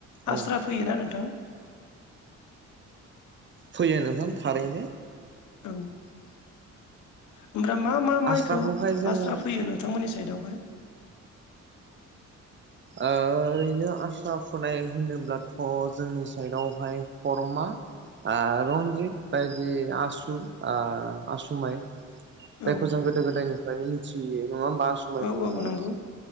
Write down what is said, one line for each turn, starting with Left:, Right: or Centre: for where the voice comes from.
Right: औ
Left: आस्रा फैयोना नोंथां
Right: फैयो नोंथां थारैनो
Left: औ ओमफ्राय मा मा माइखौ
Right: आस्राखौहाय जोङो
Left: आस्रा फैयो नोंथांमोननि सायेडावहाय
Right: आ ओरैनो आस्रा फुनाय होनोब्लाथ' जोंनि सायेडावहाय खरमा आ रन्जित बायदि आसु ओ आसुमाइ जायखौ
Left: औ
Right: जों गोदो गोदायनि फ्रायनो मोथियो नङा होम बा आसु माइखौ
Left: औ
Right: नोंथां
Left: औ नंगौ